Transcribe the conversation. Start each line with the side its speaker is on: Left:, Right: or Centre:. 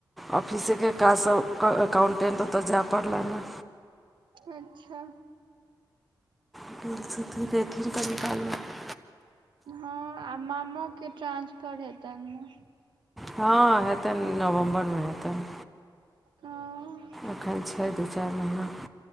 Centre: ऑफिसेकेँ काज स क अकाउंटेन्ट ओत जाय पड़लैन है
Right: अच्छा
Centre: <unintelligible>
Right: हँ आ मामो केँ ट्रान्सफर हेतैन न
Centre: हँ हेटैन नवम्बर मे हेतैन
Right: हँ
Centre: एखन छै दू चारि महिना